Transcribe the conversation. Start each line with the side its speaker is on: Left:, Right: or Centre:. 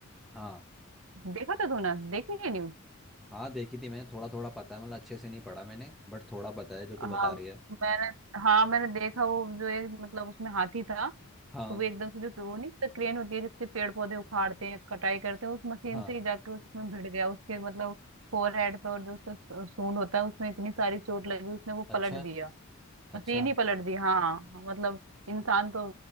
Centre: हाँ
Right: देखा था तूने देखी है न्यूज
Centre: हाँ देखी थी मैंने थोड़ा थोड़ा पता है मतलब अच्छे से नहीं पढ़ा मैंने बट थोड़ा पता है जो तू
Right: हाँ
Centre: बता रही है
Right: मैंने हाँ मैंने देखा वो जो एक मतलब उसमें हाथी था तो
Centre: हाँ
Right: वो एकदम से जो वो नहीं तो क्रेन होती है जिससे पेड़ पौधे उखाड़ते हैं कटाई करते हैं उस मशीन
Centre: हाँ
Right: से ही जाके उसमें भिड़ गया उसके मतलब फोरहेड पे और जो उसका सू- सूंड होता है उसमें इतनी सारी चोट लगी उसने वो
Centre: अच्छा
Right: पलट दिया
Centre: अच्छा
Right: मशीन ही पलट दी हाँ मतलब इंसान तो